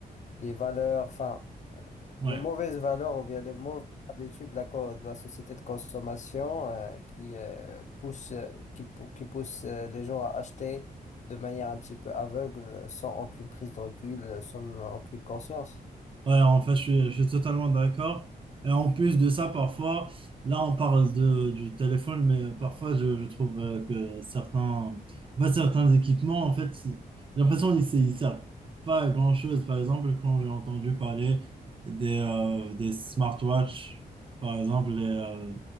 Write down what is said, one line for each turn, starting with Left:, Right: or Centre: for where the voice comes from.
Left: les valeurs, enfin,
Right: ouais.
Left: les mauvaises valeurs ou bien les mauvaises habitudes de la, co- de la société de consommation euh, qui euh, poussent, euh, qui, pou- qui poussent euh, les gens à acheter de manière un petit peu aveugle, sans aucune prise de recul, euh, sans aucune conscience.
Right: Ouais, en fait, je suis, je suis totalement d'accord. Et en plus de ça, parfois, là, on parle de, du téléphone, mais parfois, je, je trouve euh, que certains, en fait, certains équipements, en fait, j'ai l'impression qu'ils ne ils servent pas à grand-chose. Par exemple, quand j'ai entendu parler des, euh, des smartwatches, par exemple, les, euh,